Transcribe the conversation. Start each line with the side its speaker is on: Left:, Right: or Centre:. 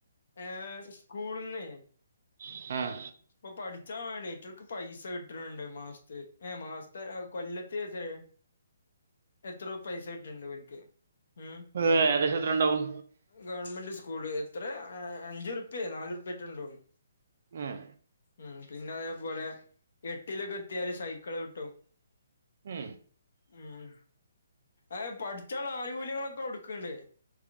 Left: ഏഹേ സ്കൂള്ന്നെ
Right: ആഹ്
Left: ഇപ്പൊ പഠിച്ചാ വേണെ ഇറ്റൾക് പൈസ കിട്ട്ണ്ണ്ണ്ട് മാസ്ത്ത് ഏ മാസത്തെ കൊല്ലത്ത്ലെറ്റെ എത്രോ പൈസ കിട്ട്ണ്ട് ഇവൽക്ക് മ്
Right: ഏഹ് ഏകദേശെത്രണ്ടാവും?
Left: ഗവൺമെന്റ് സ്കൂള് എത്രെ ഏഹേ അഞ്ചുർപ്യേ നാലുറുപ്യാന്റെ ഇണ്ടൊന്നുണ്
Right: ഉം.
Left: മ് പിന്നെ അതേപോലെ എട്ടിലൊക്കെ എത്തിയാല് സൈക്കള് ക്‌ട്ടും
Right: മ്
Left: മ് ഏഹ് പഠിച്ചാള്ള ആനുകൂല്യങ്ങളൊക്കെ കൊട്ക്ക്ണ്ട്